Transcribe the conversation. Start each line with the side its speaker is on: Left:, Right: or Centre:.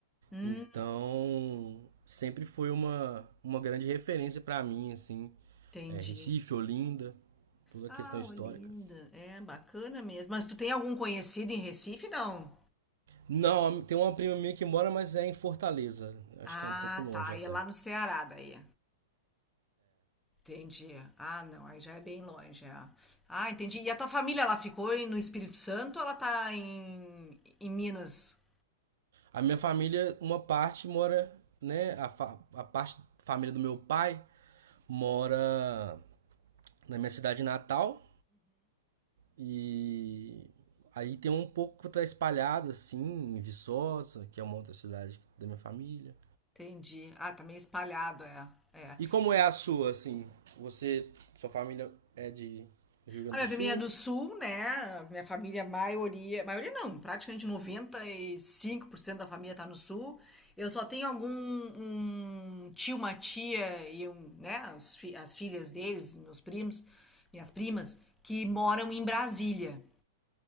Centre: Hum,
Right: Então, sempre foi uma, uma grande referência pra mim, assim.
Centre: entendi.
Right: é, Recife, Olinda, toda
Centre: Ah,
Right: a questão histórica.
Centre: Olinda, é bacana mesmo. Mas tu tem algum conhecido em Recife, não?
Right: Não, tem uma prima minha que mora, mas é em Fortaleza. Acho
Centre: Ah,
Right: que é um pouco longe
Centre: tá,
Right: até.
Centre: e é lá no Ceará daí. Entendi. Ah, não, aí já é bem longe, é. Ah, entendi. E a tua família, ela ficou em- no Espírito Santo ou ela tá em, em Minas?
Right: A minha família, uma parte mora, né? A, fa- a parte família do meu pai mora na minha cidade natal e aí tem um pouco que tá espalhado assim em Viçosa, que é uma outra cidade da minha família.
Centre: Entendi. Ah, tá meio espalhado, é. É.
Right: E como é a sua, assim? Você, sua família é de do Rio Grande
Centre: A minha
Right: do Sul?
Centre: família é do sul, né? Minha família, a maioria, maioria não, praticamente 95% da família tá no sul. Eu só tenho algum um tio, uma tia e um, né, os fi- as filhas deles, meus primos, minhas primas, que moram em Brasília.